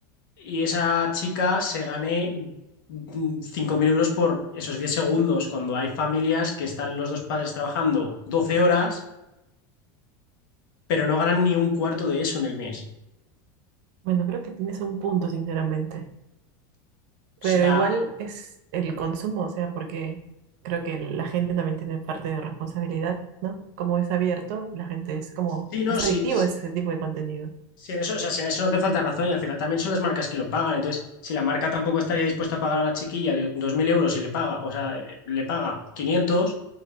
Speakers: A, on the left; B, on the right.
A: Y esa chica se gane mm, 5.000 euros por esos 10 segundos, cuando hay familias que están los dos padres trabajando 12 horas, pero no ganan ni un cuarto de eso en el mes.
B: bueno, creo que tienes un punto, sinceramente.
A: O
B: Pero
A: sea,
B: igual es el consumo, o sea, porque creo que la gente también tiene parte de responsabilidad, ¿no? Como es abierto, la gente es como,
A: sí, no,
B: es
A: sí,
B: adictivo ese tipo de contenido.
A: sí, en eso, o sea, si en eso no te falta razón y al final también son las marcas que lo pagan. Entonces, si la marca tampoco estaría dispuesta a pagar a la chiquilla de 2.000 euros y le paga, o sea, eh, le paga 500